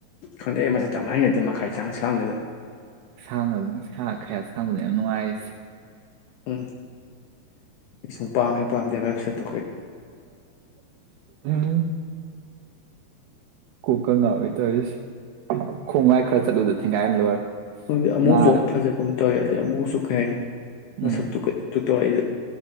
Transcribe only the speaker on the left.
ꯈꯪꯗꯦ ꯃꯁꯛꯇꯣ ꯌꯥꯝ ꯍꯩꯅꯗꯦ ꯃꯈꯌꯥꯠ ꯏꯁꯥꯡ ꯁꯥꯡꯉꯗꯅ
ꯎꯝ ꯁꯨꯡꯄꯥꯝ ꯍꯦꯛ ꯄꯥꯝꯗꯦ ꯃꯥꯏ ꯃꯁꯛꯇꯣ
ꯗꯤ ꯑꯃꯨꯛꯁꯨ
ꯐꯖꯒꯨꯝ ꯇꯧ ꯌꯥꯗꯦ ꯑꯃꯨꯛꯁꯨ ꯑꯣꯀꯦ ꯃꯁ
ꯇꯨ ꯀ ꯇꯣꯏꯗꯤ